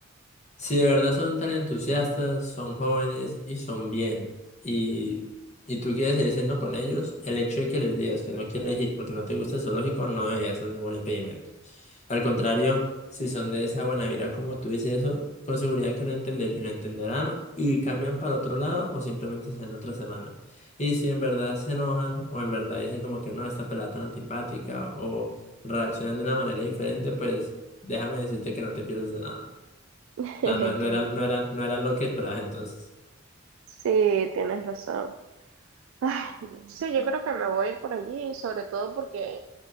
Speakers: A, on the left; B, on the right.
A: Si de verdad son tan entusiastas, son jóvenes y son bien, y, y tú quieres seguir siendo con ellos, el hecho de que les digas que no quieres ir porque no te gusta el zoológico no debería ser ningún impedimento. Al contrario, si son de esa buena vibra como tú dices eso, con seguridad que lo entender, lo entenderán y cambian para otro lado o simplemente salen otra semana. Y si en verdad se enojan o en verdad dicen como que no, esta pelada tan antipática o reaccionan de una manera diferente, pues déjame decirte que no te pierdes de nada.
B: <laughs>
A: O sea, no, no
B: Qué
A: eran,
B: lindo.
A: no eran, no eran lo que esperabas entonces.
B: Sí, tienes razón. Ay, sí, yo creo que me voy a ir por allí, sobre todo porque